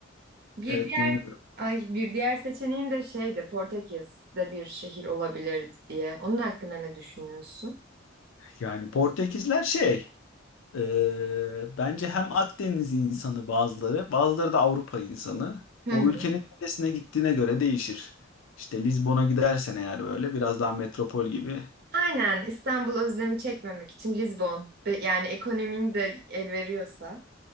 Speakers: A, on the right; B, on the left.
A: bir
B: evet
A: diğer
B: dinliyorum.
A: ay bir diğer seçeneğim de şeydi Portekiz'de bir şehir olabilir diye. Onun hakkında ne düşünüyorsun?
B: Yani Portekizler şey Ee, bence hem Akdeniz insanı bazıları, bazıları da Avrupa insanı.
A: <laughs>
B: O ülkenin neresine gittiğine göre değişir. İşte Lizbon'a gidersen eğer böyle biraz daha metropol gibi.
A: Aynen İstanbul özlemi çekmemek için Lizbon Be- yani ekonominin de el veriyorsa.